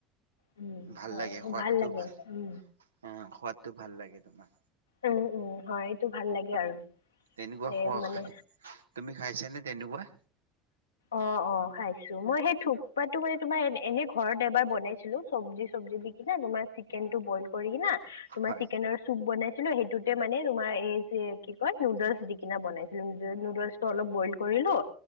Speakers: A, on the left; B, on the right.
A: উম
B: ভাল
A: হয়
B: লাগে খোৱাতটো
A: লাগে
B: ভাল
A: উম
B: হ খোৱাতটো ভাল লাগে তোমাৰ
A: উম উম হয় এইটো ভাল লাগে আৰু
B: তেনেকুৱা
A: সেই
B: খোৱা
A: মানে
B: খাই তুমি খাইছা নে তেনেকুৱা
A: অ অ খাইছো মই সেই থোপাটো মানে তোমাৰ এনে ঘৰত এবাৰ বনাইছিলো চব্জি চব্জি দি কিনে তোমাৰ চিকেন টো বইল কৰি কিনে তোমাৰ
B: হয়,
A: চিকেনৰ চুপ বনাইছিলো সেইটোতে মানে তোমাৰ এই যে কি কয় নুডলছ দি কিনে বনাইছিলো নো নুডলচ ত অলপ বইল কৰিলো,